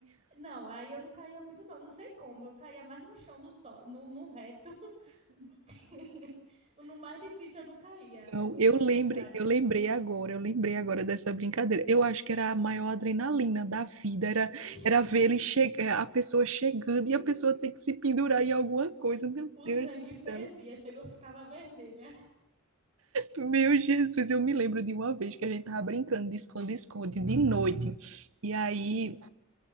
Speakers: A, on the right (about 30°); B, on the right (about 70°).
A: Não, aí eu não caía muito, não. Não sei como. Eu caía mais no chão, no, só, no, no reto, <laughs> do que no mais difícil eu não caía.
B: Então,
A: Eu
B: eu
A: sou
B: lembrei,
A: ao contrário.
B: eu lembrei agora, eu lembrei agora dessa brincadeira. Eu acho que era a maior adrenalina da vida,
A: Sim,
B: era, era ver ele chegar, a pessoa chegando
A: sim,
B: e a pessoa
A: sim.
B: ter que se pendurar em alguma coisa. Meu
A: O
B: Deus
A: sangue
B: do
A: fervia,
B: céu.
A: chegou, eu ficava vermelha.
B: Meu Jesus, eu me lembro de uma vez que a gente tava brincando de esconde-esconde de noite. E aí